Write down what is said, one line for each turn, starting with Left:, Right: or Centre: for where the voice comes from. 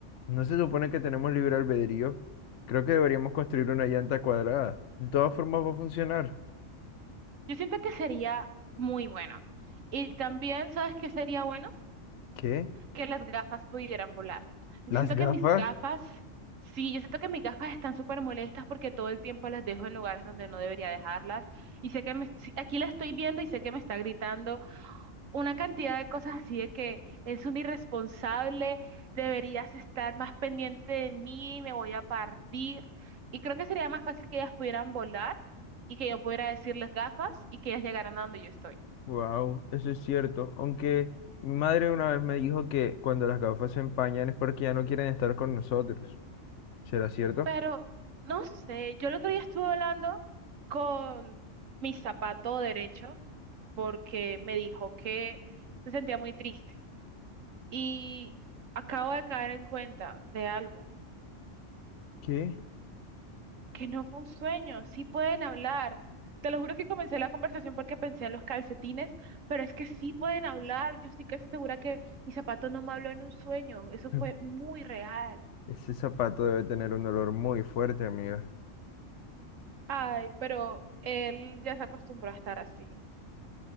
Left: ¿No se supone que tenemos libre albedrío? Creo que deberíamos construir una llanta cuadrada. De todas formas va a funcionar.
Right: Yo siento que sería muy bueno. Y también, ¿sabes qué sería bueno?
Left: ¿Qué?
Right: que las gafas pudieran volar. Yo
Left: Las
Right: siento
Left: gafas,
Right: que mis gafas, sí, yo siento que mis gafas están súper molestas porque todo el tiempo las dejo en lugares donde no debería dejarlas. Y sé que me, sí, aquí la estoy viendo y sé que me está gritando una cantidad de cosas así de que es un irresponsable, deberías estar más pendiente de mí, me voy a partir. Y creo que sería más fácil que ellas pudieran volar y que yo pudiera decirles gafas y que ellas llegaran a donde yo estoy.
Left: wow, eso es cierto. Aunque mi madre una vez me dijo que cuando las gafas se empañan es porque ya no quieren estar con nosotros. ¿Será cierto?
Right: Pero no sé, yo el otro día estuve hablando con mi zapato derecho porque me dijo que se sentía muy triste y acabo de caer en cuenta de algo,
Left: ¿Qué?
Right: que no fue un sueño, sí pueden hablar. Te lo juro que comencé la conversación porque pensé en los calcetines, pero es que sí pueden hablar. Yo estoy casi segura que mi zapato no me habló en un sueño, eso
Left: <laughs>
Right: fue muy real.
Left: Ese zapato debe tener un olor muy fuerte, amiga.
Right: Ay, pero él ya se acostumbró a estar así.